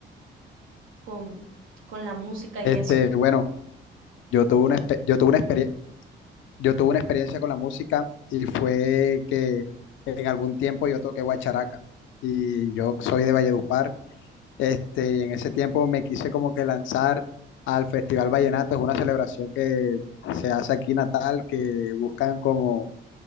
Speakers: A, on the right; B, on the left.
A: con, con la música
B: Este,
A: y eso?
B: bueno, yo tuve una, expe- yo tuve una experiencia. Yo tuve una experiencia con la música y fue que en algún tiempo yo toqué guacharaca y yo soy de Valledupar. Este, en ese tiempo me quise como que lanzar al Festival Vallenato, es una celebración que se hace aquí en Natal, que buscan como